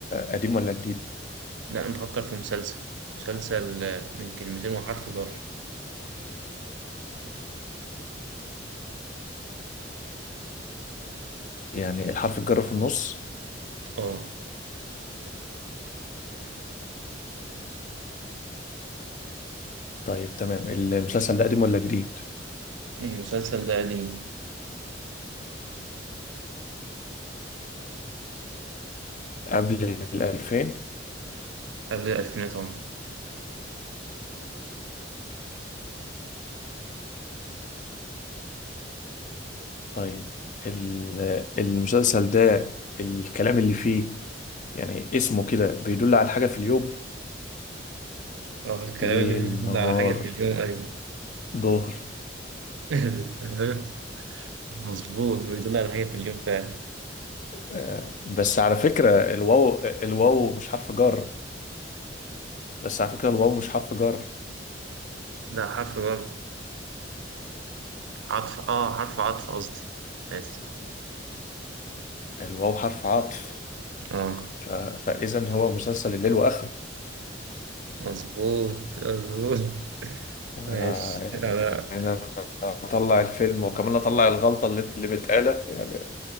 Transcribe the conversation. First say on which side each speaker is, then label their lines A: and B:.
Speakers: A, on the left; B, on the right.
A: قديم ولا جديد
B: لا أنا بفكر في مسلسل مسلسل آه، من كلمتين وحرف جر
A: يعني الحرف الجر في النص
B: اه
A: طيب تمام المسلسل ده قديم ولا جديد
B: المسلسل ده قديم
A: قبل الألفين
B: قبل الألفينات اه
A: طيب ال- المسلسل ده الكلام اللي فيه يعني اسمه كده بيدل على حاجة في اليوم
B: اه الكلام
A: ليل
B: اللي فيه بيدل
A: نهار
B: على حاجة في اليوم أيوة
A: ظهر
B: <laughs> فاهم؟ مظبوط بيدل على حاجة في اليوم فعلا
A: آه بس على فكرة الواو الواو مش حرف جر بس على فكرة الواو مش حرف جر
B: لا حرف جر عطف اه حرف عطف قصدي آسف
A: الواو حرف عطف
B: اه
A: ف... فإذا هو مسلسل الليل وآخره
B: مظبوط مظبوط <laughs>
A: آه
B: ماشي لا
A: يعني أنا أطلع الفيلم وكمان أطلع الغلطة اللي اللي متقالة يعني